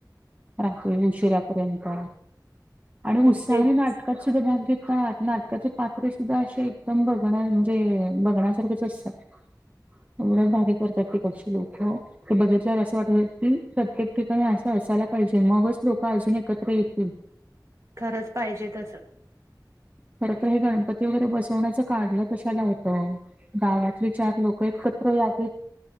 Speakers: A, on the right; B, on the right.
A: रात्री उशिरापर्यंत. आणि
B: तेच
A: उत्साहाने नाटकात सुद्धा भाग घेतात. नाटकाचे पात्रे सुद्धा अस एकदम बघ म्हणजे बघण्यासारखेच असतात. एवढ भारी करतात तिकडची लोक. ते बघितल्यावर असं वाटत की प्रत्येक ठिकाणी असं असायला पाहिजे, मगच लोक अजून एकत्र येतील.
B: खरंच पाहिजे तस.
A: खरं तर हे गणपती वगैरे बस कोण अस काढलं कशाला होतं, गावातले चार लोक एकत्र यावीत